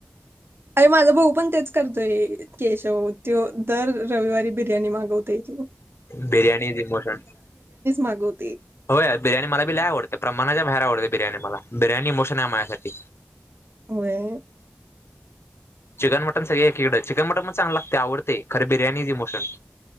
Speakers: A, on the right; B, on the left.
A: अरे माझा भाऊ पण तेच करतोय, केशव त दर रविवारी बिर्याणी मागवतेय की.
B: बिर्याणी इमोशन,
A: मागवते
B: हो बिर्याणी मला बी लय आवडते प्रमाणाच्या बाहेर आवडते, बिर्याणी मला बिर्याणी इमोशन आहे माझ्यासाठी.
A: होय.
B: चिकन-मटन सगळे एकीकडें, चिकन-मटन म चांगल लागते आवडते. खर बिर्याणी इमोशन